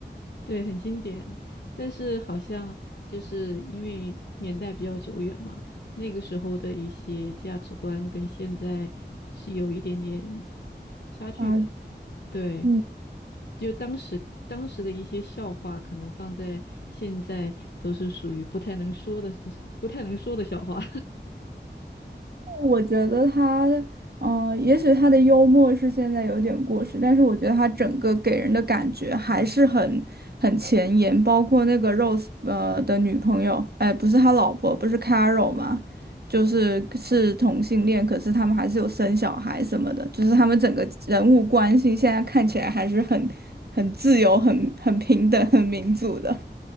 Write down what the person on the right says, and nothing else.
啊，
嗯，
我觉得他，嗯，也许他的幽默是现在有点过时，但是我觉得他整个给人的感觉还是很很前沿，包括那个 Rose 呃的女朋友，哎，不是他老婆，不是 Carol 嘛，就是是同性恋，可是他们还是有生小孩什么的，就是他们整个人物关系现在看起来还是很很自由、很很平等、很民主的。